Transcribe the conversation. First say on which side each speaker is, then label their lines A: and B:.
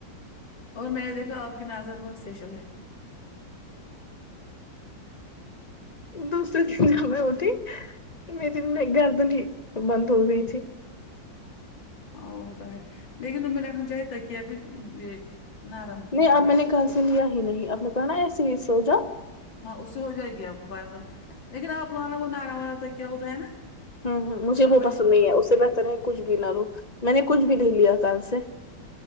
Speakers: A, on the left; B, on the left.
A: اور میں یے دیکھا آپ کی نظر بہت اسپیشل ہے
B: دوسری دن یہاں میں اٹھی میری گردنی بند ہو گئی تھی
A: ہاں وہ تو ہے لیکن تیں رکھنا چاہی تک ابھی یے نرم
B: نہیں اب میں نے کل سے لیا ہی نہیں آپ نے کہا نا ایسے ہی سوجا
A: ہاں اس سے ہو جائے گی آپ کو پار کم لیکن آپ لانا وہ نرم والا تکیہ ہوتا ہے
B: ہمم ہمم مجھے
A: اب
B: وہ
A: وہی
B: پسند
A: والا
B: نہیں
A: لانا،
B: ہے اس سے بہتر ہے کچھ بھی نہ لو میں نے کچھ بھی نہیں لیا کل سے